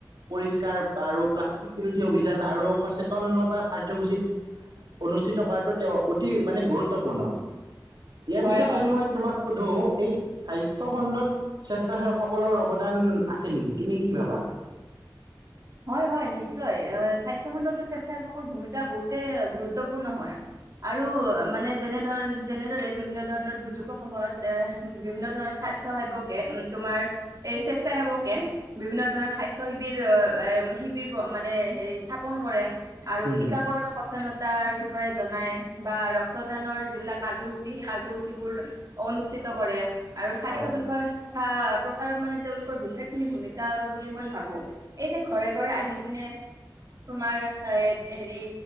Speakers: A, on the right (about 65°); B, on the right (about 45°).
A: পৰিষ্কাৰ আৰু প্লাষ্টিক বিৰোধী অভিযান আৰু সচেতনতা কাৰ্যসূচীত অনুষ্ঠিত কৰাটো তেওঁ অতি মানে গুৰুত্বপূৰ্ণ, ইয়াৰ
B: হয়
A: পিছত
B: হয়
A: যদি মই তোমাক সুধো এই স্বাস্থ্য খণ্ডত স্বেচ্ছাসেৱকসকলৰ অৱদান আছে নেকি? তুমি কি ভাবা?
B: হয়, হয়, নিশ্চয় স্বাস্থ্যখণ্ডতো স্বেচ্ছাসেৱকৰ ভূমিকা বহুতেই গুৰুত্বপূৰ্ণ হয়। আৰু মানে যেনে ধৰ যেনেদৰে বিভিন্ন ধৰণৰ দুৰ্যোগৰ সময়ত অ', বিভিন্ন ধৰণৰ স্বাস্ সেৱকে উম, তোমাৰ স্বেচ্ছাসেৱকে বিভিন্ন ধৰণৰ স্বাস্থ্য শিবিৰ এ, শিবিৰ মানে হেৰি স্থাপন কৰে, আৰু
A: উম,
B: টীকা কৰণৰ প্ৰচনত তাৰ বিষয়ে জনাই বা ৰক্তদানৰ যিবিলাক কাৰ্যসূচী সেই কাৰ্যসূচীবোৰ অনুষ্ঠিত কৰে আৰু স্বাস্থ্য
A: হয় হয়
B: বিষয়ে বা প্ৰচাৰত মানে তেওঁলোকৰ বিশেষখিনি ভূমিকা বুলি মই ভাবো এই যে, ঘৰে, ঘৰে আহি পিনে, তোমাৰ এ হেৰি